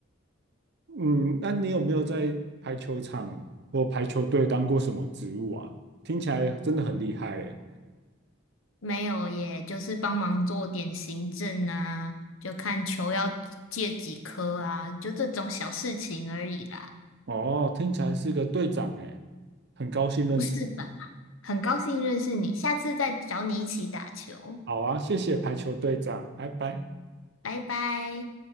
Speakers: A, on the right; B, on the left.
A: 嗯，那你有没有在排球场或排球队当过什么职务啊？听起来真的很厉害哎。
B: 没有耶，就是帮忙做点行政啊，就看球要借几颗啊，就这种小事情而已啦，
A: 哦，听起来是个队长哎，很高兴认识你。
B: 不是吧？很高兴认识你，下次再找你一起打球，
A: 好啊，谢谢排球队长，拜拜。
B: 拜拜。